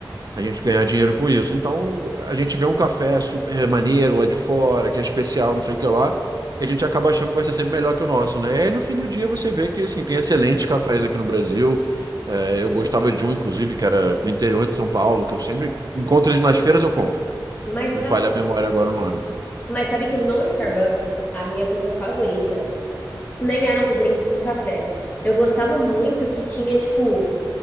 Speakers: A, on the right; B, on the left.
A: a gente ganhar dinheiro com isso. Então, a gente vê um café super maneiro lá de fora, que é especial, não sei o que lá, e a gente acaba achando que vai ser sempre melhor que o nosso, né? E aí, no fim do dia, você vê que, assim, tem excelentes cafés aqui no Brasil. É, eu gostava de um, inclusive, que era do interior de São Paulo, que eu sempre encontro eles nas feiras, eu compro.
B: Mas sabe,
A: Me falha a memória agora o nome.
B: mas sabe que no Starbucks, a minha coisa favorita nem eram os drinks com café. Eu gostava muito que tinha, tipo,